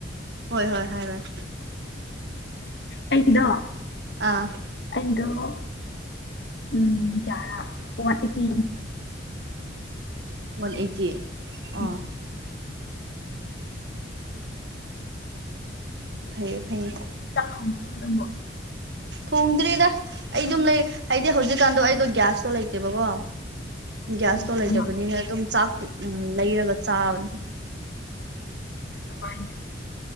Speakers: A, on the right; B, on the left.
A: ꯍꯣꯏ ꯍꯣꯏ ꯍꯥꯏꯔꯣꯏ
B: ꯑꯩꯗꯣ
A: ꯑꯥ
B: ꯑꯩ ꯑꯗꯣ ꯎꯝ ꯀꯌꯥꯔ ꯋꯥꯟꯑꯦꯇꯤ
A: ꯋꯥꯟ ꯑꯦꯇꯤ ꯑꯥ
B: ꯎꯝ
A: ꯐꯩꯌꯦ ꯐꯩꯌꯦ
B: ꯆꯥꯛ ꯊꯣꯡꯈꯔꯕꯣ ꯅꯪꯕꯣ꯫
A: ꯊꯣꯡꯗ꯭ꯔꯤꯗ ꯑꯩ ꯑꯗꯨꯝ ꯂꯩ ꯍꯥꯏꯗꯤ ꯍꯧꯖꯤꯛꯀꯥꯟꯗꯣ ꯑꯩꯗꯣ ꯒ꯭ꯌꯥꯁꯇꯣ ꯂꯩꯇꯦꯕꯀꯣ ꯒ꯭ꯌꯥꯁꯇꯣ
B: ꯀꯔꯤꯒꯤꯅꯣ
A: ꯂꯩꯇꯕꯅꯤꯅ ꯑꯗꯨꯝ ꯆꯥꯛ ꯎ ꯂꯩꯔꯒ ꯆꯥꯕꯅꯦ
B: ꯄꯩꯁ ꯄꯥꯏꯅ꯫